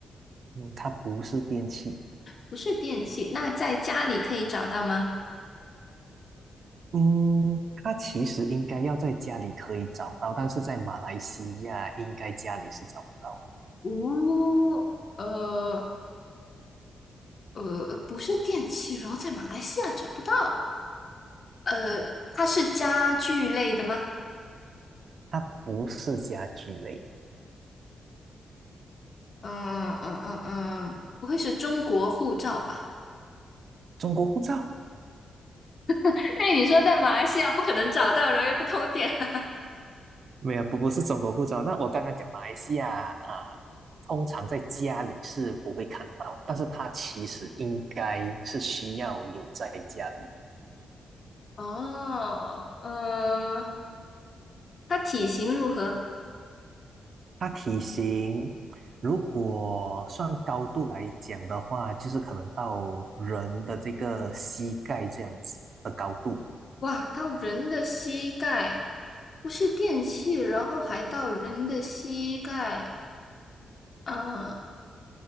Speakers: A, on the right; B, on the left.
A: 嗯，它不是电器，
B: 不是电器，那在家里可以找到吗？
A: 嗯，它其实应该要在家里可以找到，但是在马来西亚应该家里是找不到啊。
B: 哦，呃呃，不是电器，然后在马来西亚找不到。呃，它是家具类的吗？
A: 它不是家具类。
B: 嗯嗯嗯嗯，不会是中国护照吧？
A: 中国护照？
B: <laughs> 哎，你说在马来西亚不可能找到，然后又不通电。<laughs>
A: 没有，不不是中国护照。那我刚刚讲马来西亚啊，通常在家里是不会看到，但是它其实应该是需要有在家里的。
B: 哦，呃，它体型如何？
A: 它体型如果算高度来讲的话，就是可能到人的这个膝盖这样子的高度。
B: 哇，到人的膝盖，不是电器，然后还到人的膝盖。嗯，